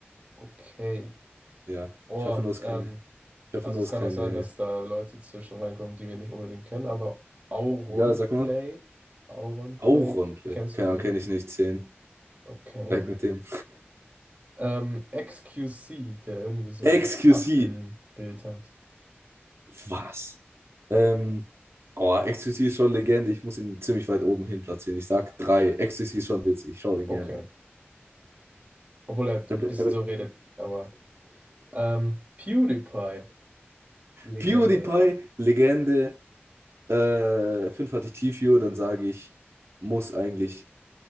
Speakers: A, on the right (about 30°); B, on the right (about 75°).
A: Okay.
B: Ja,
A: Oh,
B: ich hoffe nur, es
A: ähm,
B: ist keine. Ich hoffe
A: also
B: nur,
A: es
B: es
A: kann
B: ist keine.
A: auch sein, dass da Leute zwischen reinkommen, die wir nicht unbedingt kennen, aber Auronplay.
B: Egal, sag mal.
A: Auronplay,
B: Auronplay.
A: kennst
B: Keine
A: du den?
B: Ahnung, kenne ich nicht. Zehn.
A: Okay.
B: Weg mit dem.
A: Ähm, XQC, der
B: <laughs>
A: irgendwie so
B: XQC.
A: ein Affenbild hat.
B: Was? Ähm, oh, Ecstasy ist schon Legende. Ich muss ihn ziemlich weit oben hin platzieren. Ich sag drei. Ecstasy ist schon witzig. Ich schaue den
A: Okay.
B: gerne
A: Obwohl er ein
B: an.
A: bisschen so redet,
B: <laughs>
A: aber. Ähm, PewDiePie, Legende.
B: PewDiePie, Legende. Äh, fünf hatte ich T-View. Dann sage ich, muss eigentlich.